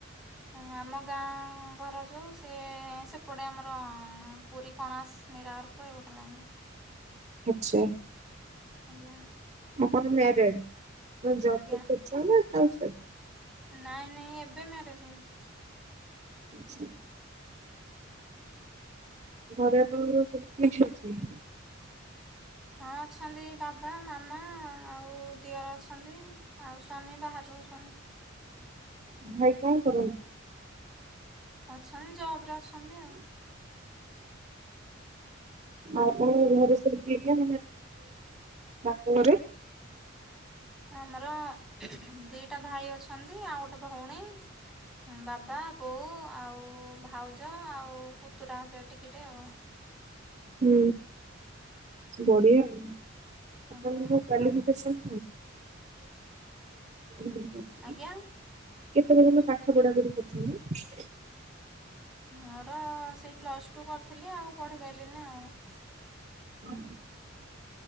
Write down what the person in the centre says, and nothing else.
ହଁ ଆମ ଗାଁ ଘର ଯୋଉ ସେ ସେପଟେ ଆମର ପୁରୀ କଣାସ ନାଇ <unintelligible>
ଆଜ୍ଞା।
ଆଜ୍ଞା
ନାଇଁ ନାଇଁ ଏବେ ମ୍ୟାରେଜ ହେଇଛି।
ହଁ ଅଛନ୍ତି, ବାବା ମାମା ଆଉ ଦିଅର ଅଛନ୍ତି ଆଉ ସ୍ଵାମୀ ବାହରେ ରହୁଛନ୍ତି।
ଅଛନ୍ତି ଜବ ରେ ଅଛନ୍ତି ଆଉ।
ଆମର ଦିଟା ଭାଇ ଅଛନ୍ତି, ଆଉ ଗୋଟେ ଭଉଣୀ ବାବା ବୋଉ ଆଉ ଭାଉଜ ଆଉ ପୁତୁରା ହେବେ ଟିକେ ଟେ ଆଉ।
ଆଜ୍ଞା
ଆଜ୍ଞା।
ମୋର ସେଇ ପ୍ଲସ ଟୁ କରିଥିଲି ଆଉ ପଢ଼ି ପାଇଲିନି ଆଉ।